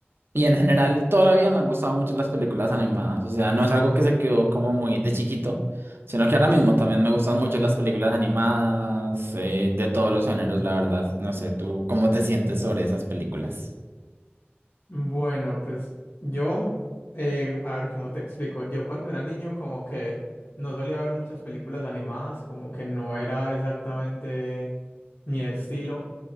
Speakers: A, on the right (about 65°); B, on the left (about 70°).
A: Y en general, toda la vida me han gustado mucho las películas animadas. O sea, no es algo que se quedó como muy de chiquito, sino que ahora mismo también me gustan mucho las películas animadas, eh, de todos los géneros, la verdad. No sé, ¿tú cómo te sientes sobre esas películas?
B: Bueno, pues yo, eh, a ver cómo te explico. Yo cuando era niño como que no solía ver muchas películas animadas, como que no era exactamente mi estilo.